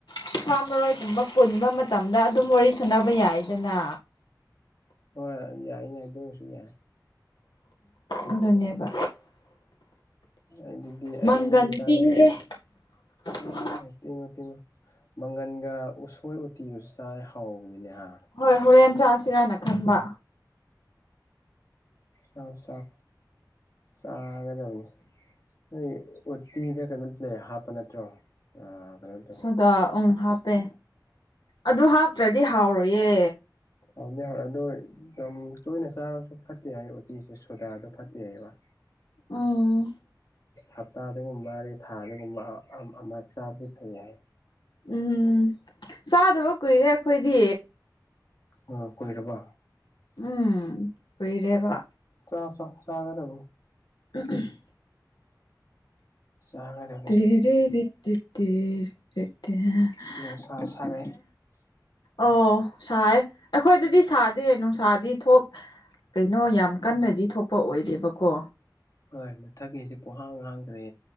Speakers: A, on the left (about 85°); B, on the left (about 50°).
A: ꯀꯨꯟꯊ꯭ꯔꯥ ꯃꯔꯣꯏꯒꯨꯝꯕ ꯄꯨꯟꯕ ꯃꯇꯝꯗ ꯑꯗꯨꯝ ꯋꯥꯔꯤ ꯁꯨꯅꯕ ꯌꯥꯏꯗꯅ
B: ꯍꯣꯏ ꯌꯥꯏ ꯌꯥꯏ ꯑꯗꯨꯃꯁꯨ ꯌꯥꯏ
A: ꯑꯗꯨꯅꯦꯕ
B: ꯑꯗꯨꯗꯤ
A: ꯃꯪꯒꯟ
B: ꯑꯩ ꯆꯥꯡ
A: ꯇꯤꯡꯒꯦ <unintelligible>
B: ꯍꯣꯏ ꯇꯤꯡꯉꯣ ꯇꯤꯡꯉꯣ ꯃꯪꯒꯟꯒ ꯎꯁꯣꯏ ꯎꯇꯤꯒꯁꯨ ꯆꯥꯔꯗꯤ ꯍꯥꯎꯕꯅꯤꯅꯦꯍ
A: ꯍꯣꯏ ꯍꯣꯔꯦꯟ ꯆꯥꯁꯤꯔꯥꯅ ꯈꯟꯕ
B: ꯑꯣ ꯆꯥꯏ ꯆꯥꯏ ꯆꯥꯒꯗꯕꯅꯤ ꯅꯣꯏ ꯎꯠꯇꯤꯗ ꯀꯩꯅꯣ ꯂꯩ ꯍꯥꯞꯄ ꯅꯠꯇ꯭ꯔꯣ ꯑ
A: ꯁꯗ ꯎꯝ ꯍꯥꯞꯄꯦ ꯑꯗꯨ ꯍꯥꯞꯇ꯭ꯔꯗꯤ ꯍꯥꯎꯔꯣꯏꯌꯦ
B: ꯍꯥꯎꯅꯦ ꯍ ꯑꯗꯨꯣ ꯌꯥꯝ ꯇꯣꯏꯅ ꯆꯥꯔꯁꯨ ꯐꯠꯇꯦ ꯍꯥꯏ ꯎꯇꯤꯁꯦ ꯁꯣꯗꯥꯗ ꯐꯠꯇꯦ ꯍꯥꯏꯕ
A: ꯎꯝ
B: ꯍꯞꯇꯥ ꯑꯗꯨꯒꯒꯨꯝꯕ ꯑꯗꯩ ꯊꯥ ꯑꯗꯨꯒꯨꯝꯕ ꯑꯃꯛ ꯆꯥꯕꯗꯤ ꯐꯩ ꯍꯥꯏ
A: ꯎꯝ ꯆꯥꯗꯕ ꯀꯨꯏꯔꯦ ꯑꯩꯈꯣꯏꯗꯤ
B: ꯎ ꯀꯣꯏꯔꯕ
A: ꯎꯝ ꯀꯨꯏꯔꯦꯕ
B: ꯆꯥꯎꯥꯛ ꯆ ꯆꯥꯒꯗꯕꯅꯤ
A: <unintelligible>
B: ꯆꯥꯒꯅꯤ
A: <unintelligible>
B: ꯅꯨꯡ ꯁꯥꯥ ꯁꯥꯥꯔꯦ
A: ꯑꯣ ꯁꯥꯏ ꯑꯩꯈꯣꯏꯗꯗꯤ ꯁꯥꯗꯦ ꯅꯨꯡꯁꯥꯗꯤ ꯊꯣꯛ ꯀꯩꯅꯣ ꯌꯥꯝ ꯀꯟꯅꯗꯤ ꯊꯣꯛꯄ ꯑꯣꯏꯗꯦꯕꯀꯣ
B: ꯍꯣꯏ ꯃꯊꯛꯀꯤꯁꯦ ꯄꯣꯡꯍꯥꯡ ꯍꯥꯡꯈ꯭ꯔꯦ